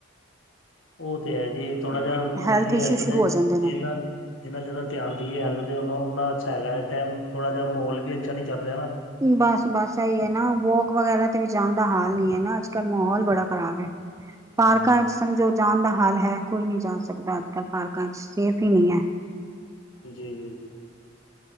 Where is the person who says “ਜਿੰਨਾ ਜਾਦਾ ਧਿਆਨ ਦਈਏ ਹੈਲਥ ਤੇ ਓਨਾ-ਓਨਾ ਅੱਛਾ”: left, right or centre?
Left